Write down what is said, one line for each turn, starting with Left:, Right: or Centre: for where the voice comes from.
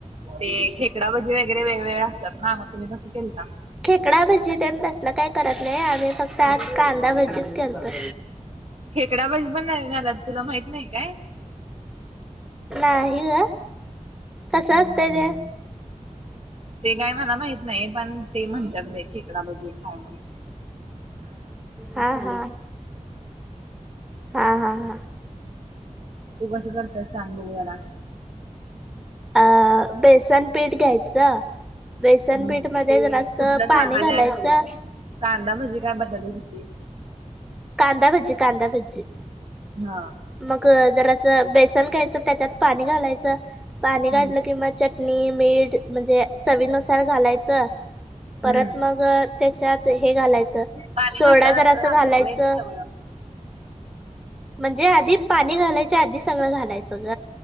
Right: ते खेकडाभजी वगरे वेगवेगळे असतात ना मग तुम्ही कसं केलता.
Centre: खेकडा भजीतसलं काही करत नाही आम्ही फक्त आज कांदा भजीच करतोय.
Right: खेकडा भजी पण नाहीलात तुला माहित नाही काय?
Centre: नाही ग कस असतंय त्या
Right: ते काय मला माहित नाही पण ते म्हणतात खेकडा भाजी खाय म्ह.
Centre: हा हा हा हा हा.
Right: तू कस करतायस सांग बघू जला
Centre: अ बेसन पीठ घ्यायचं. बेसनपीठ
Right: हम्म.
Centre: मध्येस्त
Right: कुठलं
Centre: पाणी
Right: सांगाल्यास
Centre: घालायचं.
Right: कांदा म्हणजे काय बदल आहे तिची
Centre: कांदा भजी कांदा भजी
Right: हा.
Centre: मग जर असं बेसन घ्यायचं त्याच्यात पाणी घालायचं. पाणी
Right: हम्म
Centre: काढलं किंवा चटणी मीठ म्हणजे चवीनुसार घालायचं. परत
Right: हम्म
Centre: मग त्याच्यात हे घालायचं
Right: पाणी
Centre: सोडा
Right: घातल्यानंतर
Centre: जर असं घालायचं.
Right: व्हय ते सगळं.
Centre: जे आधी पाणी घालायचे आधी सगळं घालायचं.